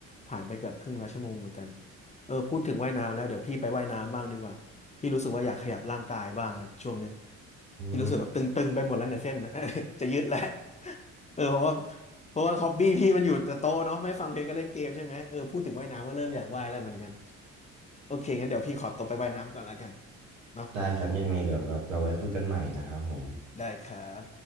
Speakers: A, on the left; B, on the right.
A: ผ่านไปเกือบครึ่งแล้วชั่วโมงเหมือนกันเออพูดถึงว่ายน้ำแล้วเดี๋ยวพี่ไปว่ายน้ำบ้างดีกว่าพี่รู้สึกว่าอยากขยับร่างกายบ้างอะช่วงเนี้ย
B: อืม
A: พี่รู้สึกแบบตึงๆไปหมดแล้วเนี่ยเส้นนะ <laughs> จะยืดแล้ว เออเพราะว่าเพราะว่าฮอบบี้พี่มันอยู่แต่โต๊ะเนาะไม่ฟังเพลงก็เล่นเกมใช่ไหมเออพูดถึงว่ายน้ำก็เริ่มอยากว่ายแล้วเหมือนกันโอเคงั้นเดี๋ยวพี่ขอตัวไปว่ายน้ำก่อนแล้วกันเนาะ
B: ได้ครับยังไงเดี๋ยวแบบเราไว้คุยกันใหม่นะครับผม
A: ได้ครับ